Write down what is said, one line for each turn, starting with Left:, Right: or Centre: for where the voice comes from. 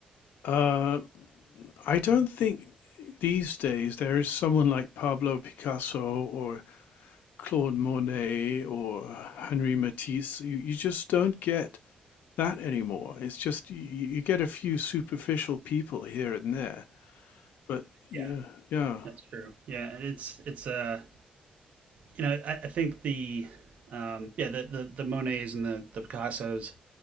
Left: uh, I don't think these days there is someone like Pablo Picasso or Claude Monet or Henri Matisse. You, you just don't get that anymore. It's just you, you get a few superficial people here and there, but yeah,
Right: Yeah.
Left: yeah.
Right: That's true. Yeah, and it's it's uh you know I, I think the um yeah the the, the Monets and the the Picassos